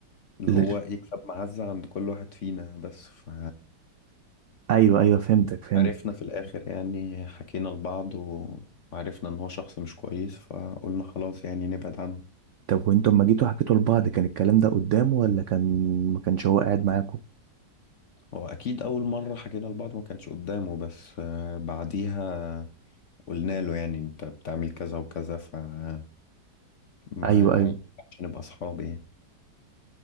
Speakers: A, on the left; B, on the right.
A: اللي هو
B: لر-
A: يكسب معزة عند كل واحد فينا بس ف
B: ايوه ايوه فهمتك فهمت
A: عرفنا في الآخر يعني حكينا لبعض و- وعرفنا إن هو شخص مش كويس فقلنا خلاص يعني نبعد عنه
B: طب وانتوا لما جيتوا حكيتوا لبعض كان الكلام ده قدامه ولا كان ما كانش هو قاعد معاكم
A: هو أكيد أول مرة حكينا لبعض ما كانش قدامه بس آه، بعديها قلنا له يعني أنت بتعمل كذا وكذا فما ينفعش
B: ايوه ايوه
A: نبقى أصحاب يعني